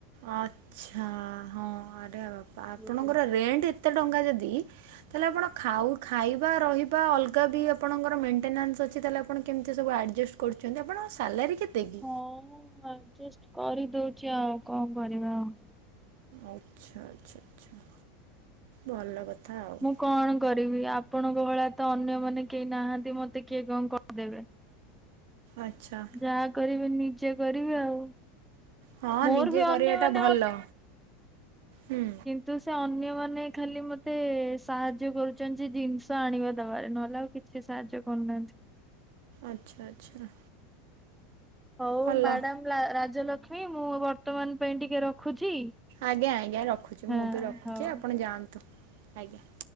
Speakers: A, on the right (about 65°); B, in the centre.
A: ଆଚ୍ଛା ହଁ ଆରେ ବାପା ଆପଣଙ୍କର
B: ହୁଁ।
A: ରେଣ୍ଟ ଏତେ ଟଙ୍କା ଯଦି ତାଲେ ଆପଣ ଖାଉ ଖାଇବା ରହିବା ଅଲଗା ବି ଆପଣଙ୍କର ମେଣ୍ଟେନାନ୍ସ ଅଛି ତାଲେ ଆପଣ କେମିତି ସବୁ ଆଯେ କରୁଛନ୍ତି ଆପଣଙ୍କ ସାଲାରୀ କେତେ? କି?
B: ହଁ ଅଜେଷ୍ଟ କରିଦଉଛି ଆଉ କଣ କରିବା ଆଉ।
A: ଆଚ୍ଛା ଆଚ୍ଛା ଆଚ୍ଛା ଭଲ କଥା ଆଉ।
B: ମୁଁ କଣ କରିବି ଆପଣଙ୍କ ଭଳି ତ ଅନ୍ୟ ମାନେ କେହି ନାହାନ୍ତି ମତେ କିଏ କଣ କରିଦେବେ।
A: ଆଛା।
B: ଯାହା କରିବି ନିଜେ କରିବି ଆଉ।
A: ହଁ
B: ମୋର
A: ନିଜେ
B: ବି
A: କରିବା
B: ଅନ୍ୟମାନେ
A: ଟା ଭଲ ହୁଁ।
B: ତୁ ସେ ଅନ୍ୟମାନେ ଖାଲି ମତେ ସାହାଯ୍ୟ କରୁଛନ୍ତି ଯେ ଜିନିଷ ଆଣିବା ଦବାରେ ନହେଲେ ଆଉ ସେ ସାହାଯ୍ୟ କରୁନାହାନ୍ତି।
A: ଆଚ୍ଛା ଆଚ୍ଛା।
B: ହଉ
A: ଭଲ
B: ମ୍ୟାଡାମ ରାଜଲକ୍ଷ୍ମୀ ମୁଁ ବର୍ତ୍ତମାନ ପାଇଁ ଟିକେ ରଖୁଛି?
A: ଆଜ୍ଞା ଆଜ୍ଞା ରଖୁଛି
B: ହଁ
A: ମୁଁ ବି ରଖୁଛି
B: ହଉ।
A: ଆପଣ ଯାଆନ୍ତୁ। ଆଜ୍ଞା।